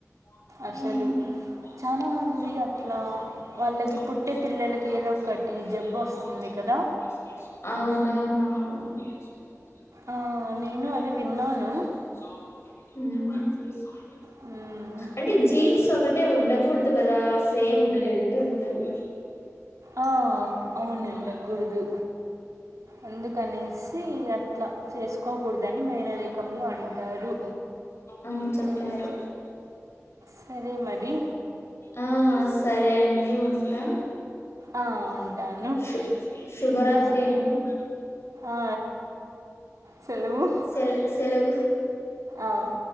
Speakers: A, on the left (about 55°); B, on the right (about 85°).
A: ఉమ్
B: అసలు చాలా మంది అట్లా వాళ్ళకి పుట్టే పిల్లలకి
A: అవునవునవునవున్
B: ఏదో ఒకటి జబ్బు వస్తుంది కదా
A: మ్
B: ఆ, నేను అది విన్నాను మ్
A: అంటే జీన్స్ ఒకటే ఉండకూడదు గదా సేమ్ బ్లడుంటది.
B: ఆ, అవును
A: ఉమ్
B: ఉండకూడదు అందుకనేసి అట్లా చేసుకోకూడదని మేనరికంలో అంటారు
A: అవును చెప్పారు.
B: మ్మ్. సరే మరి
A: ఆ సరే అండి ఉంట.
B: ఆ, ఉంటాను
A: శు శుభరాత్రి
B: ఆ,
A: అండి.
B: ఆ, సెలవు
A: సెల్ సెలవు
B: ఆ.